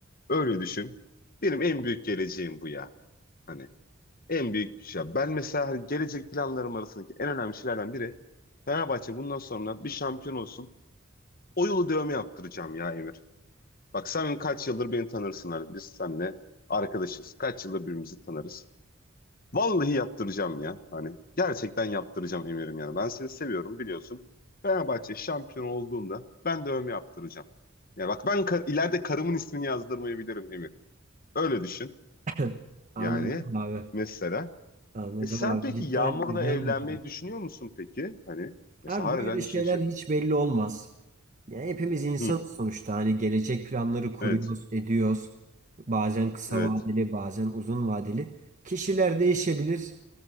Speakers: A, on the left; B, on the right.
A: Öyle düşün. Benim en büyük geleceğim bu ya. Hani en büyük şey. Ben mesela hani gelecek planlarım arasındaki en önemli şeylerden biri Fenerbahçe bundan sonra bir şampiyon olsun. O yolu dövme yaptıracağım ya Emir. Bak sen kaç yıldır beni tanırsın hani biz seninle arkadaşız. Kaç yıldır birbirimizi tanırız. Vallahi yaptıracağım ya. Hani gerçekten yaptıracağım Emir'im yani. Ben seni seviyorum biliyorsun. Fenerbahçe şampiyon olduğunda ben de övme yaptıracağım. Ya bak ben kar- ileride karımın ismini yazdırmayabilirim Emir. Öyle düşün.
B: <laughs> Anladım
A: Yani
B: abi.
A: mesela.
B: Anladım
A: E sen
B: abi.
A: peki
B: Cidden
A: Yağmur'la
B: güzel
A: evlenmeyi
B: bir film.
A: düşünüyor musun peki? Hani mesela
B: Abi
A: harbiden
B: böyle şeyler
A: işin şak.
B: hiç belli olmaz. Yani hepimiz insanız
A: Hı,
B: sonuçta. Hani gelecek planları kuruyoruz,
A: evet.
B: ediyoruz. Bazen kısa
A: Evet.
B: vadeli, bazen uzun vadeli. Kişiler değişebilir